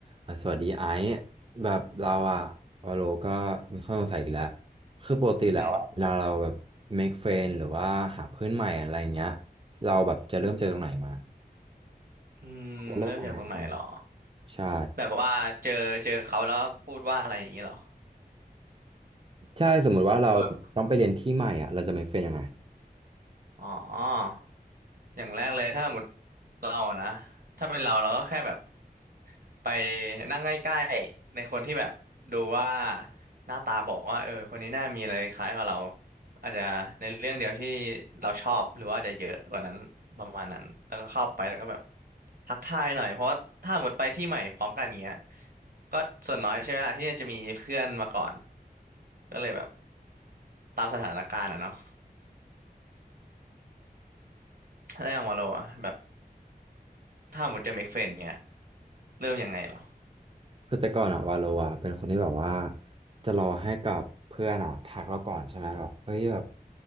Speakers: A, on the right (about 35°); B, on the right (about 65°).
A: อ่ะสวัสดีไอซ์แบบเราอะวาโลก็มีข้อสงสัยอีกแล้วคือปกติแล้วอะเวลาเราแบบ
B: อือหือ
A: make friend หรือว่าหาเพื่อนใหม่อะไรอย่างเงี้ยเราแบบจะเริ่มจากตรงไหนมา
B: อืม
A: จะเริ่มยังไงอืม
B: เริ่มจากตรงไหนเหรอ
A: ใช่
B: แบบว่าเจอเจอเขาแล้วพูดว่าอะไรอย่างนี้เหรอ
A: ใช่สมมุติว่าเราต้องไปเรียนที่ใหม่อะเราจะ
B: หรือว่าแบบ
A: make friend ยังไง
B: อ๋อ อย่างแรกเลยถ้าหมดเราอะนะถ้าเป็นเราเราก็แค่แบบไปนั่งใกล้ๆในคนที่แบบดูว่าหน้าตาบอกว่าเออคนนี้น่ามีอะไรคล้ายกับเราอาจจะในเรื่องเดียวที่เราชอบหรือว่าอาจจะเยอะกว่านั้นประมาณนั้นแล้วก็เข้าไปแล้วก็แบบทักทายหน่อยเพราะว่าถ้าหมดไปที่ใหม่พร้อมกันเงี้ยก็ส่วนน้อยใช่ไหมล่ะที่จะมีเพื่อนมาก่อนก็เลยแบบตามสถานการณ์อะเนาะถ้าอย่างวาโลอะแบบถ้าหมดจะเมคเฟรนเงี้ยเริ่มยังไงเหรอ
A: คือแต่ก่อนอะวาโลอะเป็นคนที่แบบว่าจะรอให้กับเพื่อนอะทักเราก่อนใช่ไหมแบบเฮ้ยแบบ